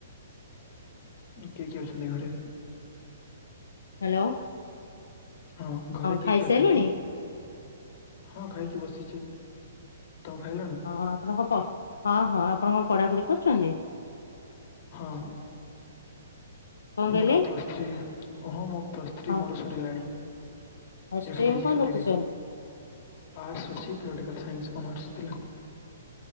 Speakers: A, on the left; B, on the left.
A: କିଏ କିଏ ଅଛନ୍ତି ଘରେ?
B: ହ୍ୟାଲୋଁ।
A: ହଁ, ଘରେ
B: ଖାଇସାରିଲେଣି?
A: କିଏ କିଏ ଅଛନ୍ତି? ହଁ, ଖାଇକି ବସିଚି। ତମେ ଖାଇଲଣି?
B: ହଁ, ଆପଣଙ୍କ ପ ହଁ ହଁ ଆପଣଙ୍କ ପଢାପଢି କରଚନ୍ତି?
A: ହଁ।
B: କଣ କହିଲେ?
A: ମୋର ପ୍ଲସ୍ ଥ୍ରୀ ହଁ, ମୋ ପ୍ଲସ୍ ଥ୍ରୀ
B: ହଁ
A: ମୋର ସରିଲାଣି।
B: ଆଉ ଷ୍ଟ୍ରିମ୍
A: ଏବେ ପିଜି
B: କଣ
A: କରିବି।
B: ରଖିଛନ୍ତି?
A: ଆର୍ଟ୍ସ ଅଛି, ପ୍ଳଟିକାଲ ସାଇନ୍ସ ଅନର୍ସ୍ ଥିଲା।